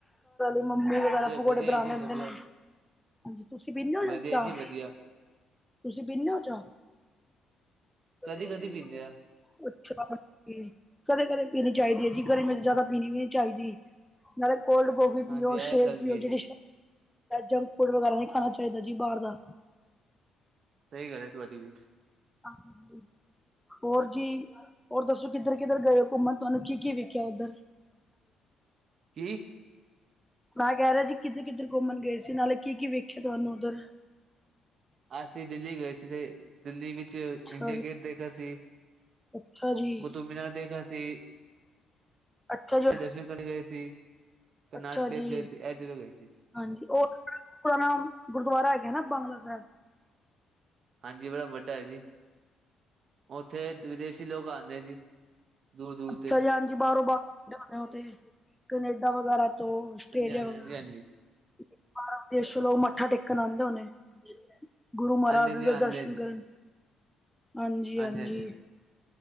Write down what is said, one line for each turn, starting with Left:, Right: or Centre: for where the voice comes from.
Centre: ਮੰਮੀ ਵਗੈਰਾ ਪਕੌੜੇ
Right: ਵਧੀਆ
Centre: ਬਣਾ
Right: ਜੀ
Centre: ਲੈਂਦੇ
Right: ਵਧੀਆ,
Centre: ਨੇ। ਤੁਸੀਂ ਪੀਂਦੇ ਹੋ
Right: ਵਧੀਆ
Centre: ਚਾਹ।
Right: ਜੀ ਵਧੀਆ,
Centre: ਤੁਸੀਂ ਪੀਨੇ ਹੋ ਚਾਹ। ਕਦੇ
Right: ਕਦੀ
Centre: ਕਦੇ
Right: ਕਦੀ
Centre: ਪੀਨੇ
Right: ਪੀਂਦੇ
Centre: ਆ। ਅੱਛਾ ਜੀ। ਕਦੇ-ਕਦੇ ਪੀਣੀ ਚਾਹੀਦੀ ਹੈ ਜੀ, ਗਰਮੀ ਚ ਜ਼ਿਆਦਾ ਪੀਣੀ ਵੀ ਨੀ ਚਾਹੀਦੀ। ਨਾਲੇ ਕੋਲਡ ਕੋੋਫੀ
Right: ਹਾਂਜੀ
Centre: ਪੀਓ
Right: ਇਹ
Centre: ਸ਼ੇਕ
Right: ਗੱਲ
Centre: ਪੀਓ
Right: ਵੀ ਹੈ ਜੀ,
Centre: ਜਿਹੜੀ ਜੰਕ ਫੂਡ ਵਗੈਰਾ ਨਹੀਂ ਖਾਣਾ ਚਾਹੀਦਾ ਜੀ ਬਾਹਰ ਦਾ।
Right: ਸਹੀ ਗੱਲ ਏ ਤੁਹਾਡੀ ਵੀ।
Centre: <inaudible> ਹੋਰ ਜੀ ਹੋਰ ਦੱਸੋ ਕਿੱਧਰ ਕਿੱਧਰ ਗਏ ਹੋ ਘੁੰਮਣ ਤੁਹਾਨੂੰ ਕੀ ਕੀ ਵਿਖਿਆ ਉੱਧਰ। <inaudible>
Right: ਕੀ
Centre: ਮੈਂ ਕਹਿ ਰਿਹਾ ਜੀ ਕਿਥੇ ਕਿਥੇ ਘੁੰਮਣ ਗਏ ਸੀ ਨਾਲੇ ਕੀ ਕੀ ਵੇਖਿਆ ਤੁਹਾਨੂੰ ਉਧਰ।
Right: ਅਸੀਂ ਦਿੱਲੀ ਗਏ ਸੀ। ਤੇ ਦਿੱਲੀ ਵਿੱਚ ਇੰਡੀਆ
Centre: ਅੱਛਾ ਜੀ,
Right: ਗੇਟ ਦੇਖਿਆ ਸੀ।
Centre: ਅੱਛਾ ਜੀ,
Right: ਕੁਤੁਬ ਮੀਨਾਰ ਦੇਖਿਆ ਸੀ।
Centre: ਅੱਛਾ ਜੀ,
Right: ਇਹ ਦਰਸ਼ਨ ਕਰਨੀ ਗਏ ਸੀ। ਕਰਨਾਟ
Centre: ਅੱਛਾ
Right: ਪਲੇਸ
Centre: ਜੀ।
Right: ਗਏ ਸੀ, ਇਹ ਜਗ੍ਹਾ ਗਏ ਸੀ,
Centre: ਹਾਂਜੀ ਉਹ ਆਪਣਾ ਗੁਰਦੁਆਰਾ ਹੈਗਾ ਨਾ ਬਾਂਗਲਾ ਸਾਹਿਬ।
Right: ਹਾਂਜੀ ਬੜਾ ਵੱਡਾ ਹੈ ਜੀ। ਉੱਥੇ ਵਿਦੇਸ਼ੀ ਲੋਕ ਆਉਂਦੇ ਆ ਜੀ। ਦੂਰ ਦੂਰ
Centre: ਅੱਛਾ
Right: ਦੇ,
Centre: ਜੀ। ਹਾਂਜੀ ਬਾਹਰੋਂ ਬਾਹਰੋਂ ਜਾਣੇ ਆਦੇ ਉਥੇ। ਕਨੇਡਾ ਵਗੈਰਾ ਤੋਂ ਆਸਟ੍ਰੇਲੀਆ
Right: ਹਾਂਜੀ ਹਾਂਜੀ
Centre: ਵਗੈਰਾ
Right: ਹਾਂਜੀ। ਹਾਂਜੀ
Centre: ਤੋ। ਬਾਹਰੋ ਦੇਸ਼ ਚੋਂ ਲੋਕ ਮੱਥਾ ਟੇਕਣ ਆਉਂਦੇ ਹੋਣੇ ਗੁਰੂ ਮਹਾਰਾਜ
Right: ਹਾਂਜੀ
Centre: ਦੇ
Right: ਹਾਂਜੀ ਆਉਂਦੇ
Centre: ਦਰਸ਼ਨ
Right: ਜੀ,
Centre: ਕਰਨ। ਹਾਂਜੀ-ਹਾਂਜੀ।
Right: ਹਾਂਜੀ ਹਾਂਜੀ।